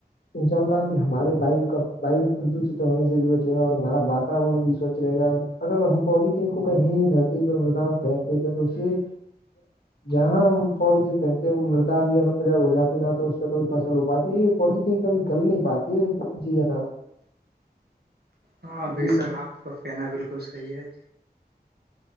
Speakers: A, on the left; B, on the right.
A: انشاء اللہ بھی ہمارے واو کا واو پردوشت ہونے سے بھی بچے گا اور ہمارا واتاورن بھی سوچھ رہے گا اگر ہم پولیتھیین کو کہیں دھرتی پ مردا میں پھینک دیتے ہیں تو اسے جہاں ہم پولیی جو پہنتے ہیں وہ مردا بھی ان پجا ہو جاتی نہ تو اس پہ کوئی فصل ہو پاتی ہے پولیتھین کا بھی گل نہیں بات یہ جی جناب
B: ہاں بے
A: جی
B: شک آپ کا کہنا بالکل صحیح ہے